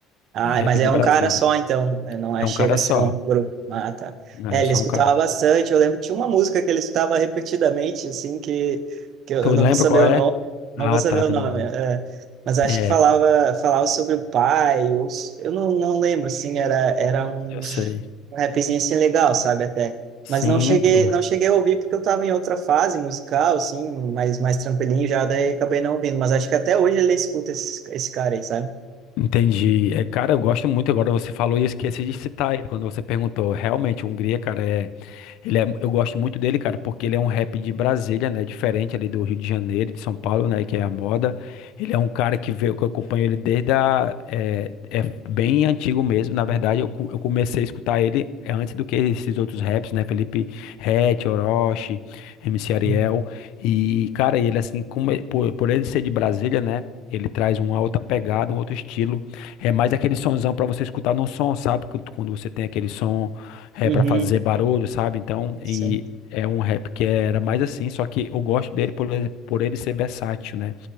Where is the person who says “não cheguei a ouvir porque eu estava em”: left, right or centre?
Right